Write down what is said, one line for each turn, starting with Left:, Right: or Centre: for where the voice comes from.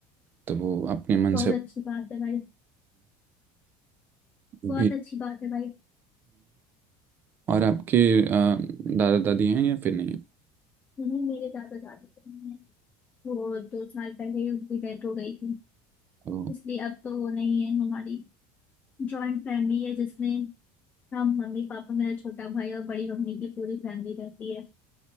Right: तो वो अपने मन
Left: बहुत
Right: से
Left: अच्छी बात है भाई
Right: भी
Left: बहुत अच्छी बात है भाई
Right: और आपके दादा दादी हैं या फिर नहीं
Left: नहीं मेरे दादा दादी तो नहीं है वो दो साल पहले ही उनकी डेथ हो गई थी
Right: ओ,
Left: इसलिए अब तो वो नहीं है हमारी जॉइंट फैमिली है जिसमें हम मम्मी पापा मेरा छोटा भाई और बड़ी मम्मी की पूरी फैमिली रहती है